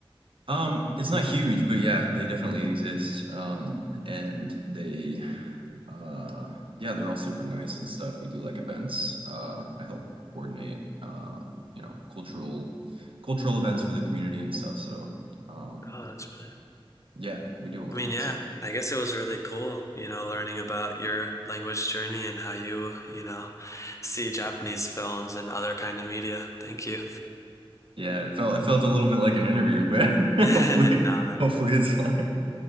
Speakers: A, on the right; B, on the left.
A: um it's not huge, but yeah, they definitely exist. Um and they uh yeah, they're all super nice and stuff. We do like events. Uh I help coordinate uh you know cultural cultural events for the community and stuff. So um
B: Oh, that's really
A: yeah, we do all
B: I
A: kinds
B: mean, yeah,
A: of stuff.
B: I guess it was really cool, you know, learning about your language journey and how you, you know, see Japanese films and other kind of media. Thank you.
A: Yeah, it felt it felt a little bit like an interview, but <laughs>
B: <laughs>
A: hopefully
B: Nah,
A: hopefully it's fine.